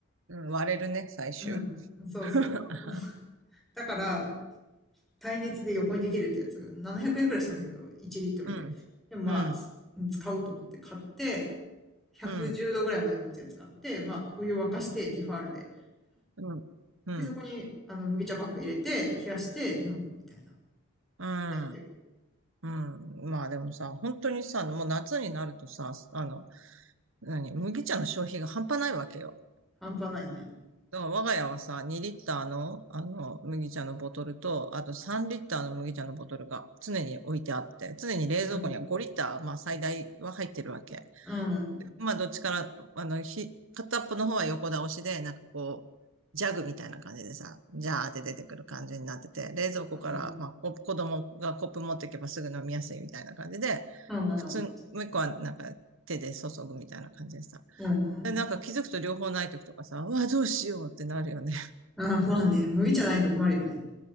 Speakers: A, on the right (about 60°); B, in the centre.
A: うん、割れるね、最終。
B: うん。そうそう。
A: <laughs>
B: だから、耐熱で横にできるってやつが700円くえんくらいしたんだけど、1リットルで。
A: うん、
B: でもまあ、
A: うん、
B: 使うと思って買って、110度ぐらいまで持つやつ買って、
A: うん、うん。
B: まあ、お湯を沸かして、ティファールで。
A: うん。うん。
B: で、そこに、あの、麦茶パック入れて、冷やして飲むみたいな。
A: うん。
B: やってる。
A: うん。まあでもさ、本当にさ、もう夏になるとさ、あの、何、麦茶の消費が半端ないわけよ。
B: 半端ないね。
A: だから我が家はさ、2リッターの、あの、麦茶のボトルと、あと3リッターの麦茶のボトルが常に置いてあって、常に冷蔵庫には5リッター、
B: うん。
A: まあ最大は入ってるわけ。
B: うん。
A: まあ、どっちから、あの、ひ、片っぽの方は横倒しで、なんかこう、ジャグみたいな感じでさ、ジャーって出てくる感じになってて、冷蔵庫から、
B: うんうん。
A: まあ、こ子供がコップ持っていけばすぐ飲みやすいみたいな感じで、
B: うんうん。
A: 普通、もう一個はなんか手で注ぐみたいな感じでさ。
B: うん
A: で、なんか気づくと両方ない時とかさ、うわ、どうしようってなるよね。
B: うん。まあね、麦茶ないと困るよね。